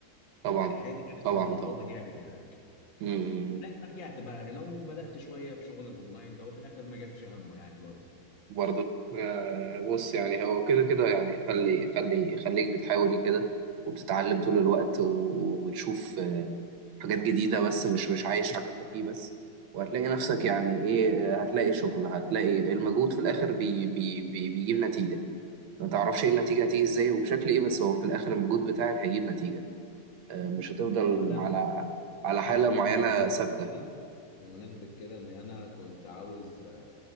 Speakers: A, on the right (about 80°); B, on the left (about 65°).
A: طبعا
B: يعني حياتي كانت
A: طبعا
B: متلخبطه جامد هناك
A: طبعا
B: لغايه ما رجعت بقى هنا وبدات شويه في شغل الاونلاين ده وفي الاخر ما جابش همه يعني برضه
A: برضه آه، بص يعني هو كده كده يعني خلي خلي خليك بتحاول كده وبتتعلم طول الوقت و- وتشوف آه، حاجات جديدة بس مش مش عايش على اللي انت فيه بس وهتلاقي نفسك يعني ايه آه، هتلاقي شغل هتلاقي المجهود في الآخر بي بي بي بيجيب نتيجة ما تعرفش ايه النتيجة هتيجي ازاي وبشكل ايه بس هو في الآخر المجهود بتاعك هيجيب نتيجة آه، مش هتفضل
B: اه انا
A: على على حالة
B: انا والله
A: معينة
B: بمناسبه
A: ثابتة
B: كده بمناسبه كده ان انا كنت عاوز